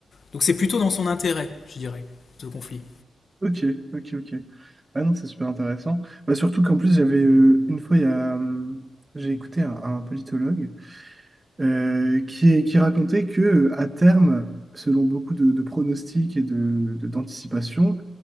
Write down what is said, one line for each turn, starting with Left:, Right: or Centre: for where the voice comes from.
Left: donc c'est plutôt dans son intérêt, je dirais, ce conflit.
Right: Ok, ok, ok. Ah non, c'est super intéressant. Bah, surtout qu'en plus, j'avais euh, une fois, il y a, hum, j'ai écouté un, un politologue euh, qui, qui racontait que euh, à terme, selon beaucoup de, de pronostics et de, de- d'anticipations,